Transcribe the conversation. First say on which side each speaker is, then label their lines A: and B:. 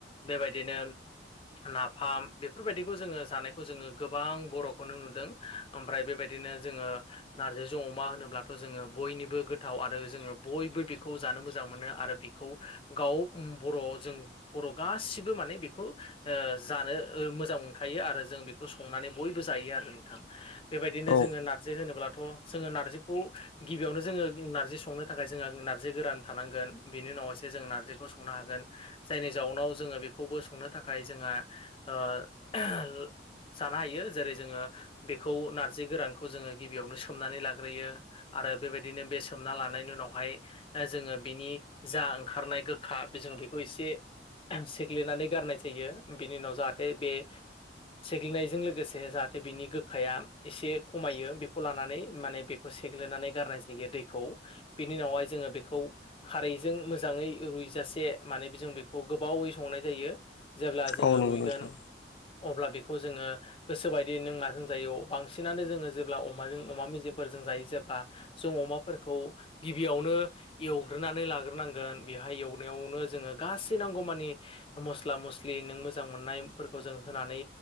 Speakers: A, on the left (about 30°); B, on the left (about 85°).
A: बेबायदिनो नाफाम बेफोरबायदिखौ जोङो जानायखौ जोङो गोबां बर'खौनो नुदों। ओमफ्राय बेबायदिनो जोङो नारजिजों अमा होनोब्लाथ' जोङो बयनिबो गोथाव आरो जोङो बयबो बेखौ जानो मोजां मोनो आरो बेखौ गाव बर' जों बर' गासिबो माने बेखौ जानो मोजां मोनखायो आरो जों बे खौ संनानै बयबो जायो आरो नोंथां। बेबायदिनो
B: औ
A: जोङो नारजि होनोब्लाथ' जोङो नारजिखौ गिबियावनो जोङो नारजि संनो थाखाय जोंहा नारजि गोरान थानांगोन बेनि उनाव हायसो जों नारजिखौ संनो हागोन। जायनि जाउनाव जोङो बेखौबो संनो थाखाय जोंहा ओ जानो हायो जेरै जोङो बेखौ नारजि गोरानखौ जोङो गिबियावनो सोमनानै लाग्रोयो। आरो बेबायदिनो बे सोमना लानायनि उनावहाय जोङो बिनि जा ओंखारनाय गोखा जोङो बेखौ एसे सेग्लिनानै गारनाय जायो बिनि उनाव जाहाथे बे सेग्लिनायजों लोगोसे जाहाथे बिनि गोखाया एसे खमायो बेखौ लानानै माने बेखौ से सेग्लिनानै गारनाय जायो दैखौ। बिनि उनावहाय जोङो बेखौ खारैजों मोजाङै रुइजासे माने जों बेखौ गोबावै संनाय जायो। जेब्ला जोङो
B: औ नंगौ
A: रुइगोन
B: नोंथां
A: अब्ला बेखौ जोङो। गोसोबायदि नों माजों जायो बांसिनानो जोङो जेब्ला अमाजों अमा मेजेमफोरजों जायो जे‌ ब्ला जों अमाफोरखौ गिबियावनो एवग्रोनानै लाग्रोनांगोन बेहाय एवनायावनो जोङो गासै नांगौमानि मस्ला मस्लि नों मोजां मोननायफोरखौ जों होनानै